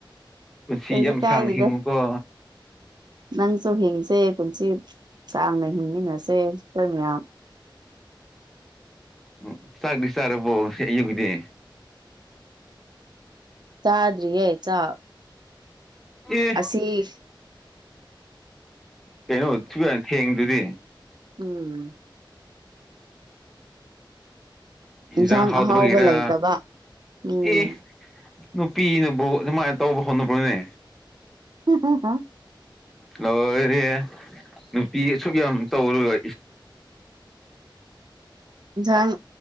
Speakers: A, in the centre; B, on the right.
A: ꯄꯨꯟꯁꯤ
B: ꯀꯩꯁꯨ
A: ꯌꯥꯝ
B: ꯀꯥꯏꯗꯦꯗ
A: ꯁꯥꯡꯅ ꯍꯤꯡꯉꯨꯀꯣ
B: ꯅꯪꯁꯨ ꯍꯤꯡꯁꯦ ꯄꯨꯟꯁꯤ ꯁꯥꯡꯅ ꯍꯤꯡꯃꯤꯟꯅꯁꯦ ꯑꯩꯈꯣꯏ ꯃꯌꯥꯝ
A: ꯎꯝ ꯆꯥꯛꯗꯤ ꯆꯥꯔꯕꯣ ꯑꯌꯨꯛꯗꯤ
B: ꯆꯥꯗ꯭ꯔꯤꯑꯌꯦ ꯆ
A: ꯑꯦ
B: ꯑꯁꯤ ꯑꯁꯤ
A: ꯀꯩꯅꯣꯁꯨ ꯊꯦꯡꯗꯨꯗꯤ
B: ꯎꯝ
A: ꯍꯟꯖꯥꯡ
B: ꯏꯟꯁꯥꯡ
A: ꯍꯥꯎꯗꯕꯒꯦꯔ
B: ꯑꯍꯥꯎꯕ ꯂꯩꯇꯕ ꯎꯝ
A: ꯑꯦ ꯅꯨꯄꯤꯅꯕꯨ ꯑꯗꯨꯃꯥꯏꯅ ꯇꯧꯕ ꯍꯣꯠꯅꯕꯅꯦ
B: ꯎ ꯍ ꯀ
A: ꯂꯣꯏꯔꯦ ꯅꯨꯄꯤ ꯑꯁꯨꯛ ꯌꯥꯝ ꯇꯧꯔꯒ
B: ꯏꯟꯁꯥꯡ